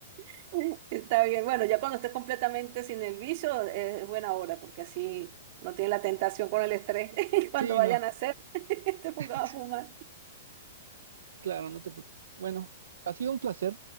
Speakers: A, on the right; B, on the right.
A: <laughs> está bien. Bueno, ya cuando estés completamente sin el vicio eh, es buena hora porque así no tienes la tentación con el estrés <laughs> cuando
B: Sí,
A: vayan
B: no.
A: a hacer, <laughs> te pongas
B: <laughs>
A: a fumar.
B: Claro, no te preocupes. Bueno, ha sido un placer.